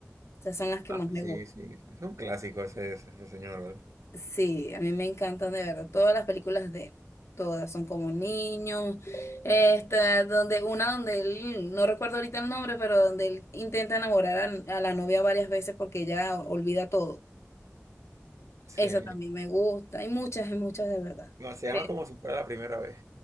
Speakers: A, on the left; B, on the right.
A: Esas son las que
B: Ah,
A: más me
B: Sí,
A: gustan.
B: sí, es un clásico ese, ese, ese señor, ¿verdad?
A: Sí, a mí me encantan de verdad todas las películas de él. Todas son como niños, esta, donde una donde él, no recuerdo ahorita el nombre, pero donde él intenta enamorar a, a la novia varias veces porque ella olvida todo.
B: Sí.
A: Esa también me gusta. Hay muchas, hay muchas de verdad.
B: No, se llama
A: Pero
B: como si fuera la primera vez.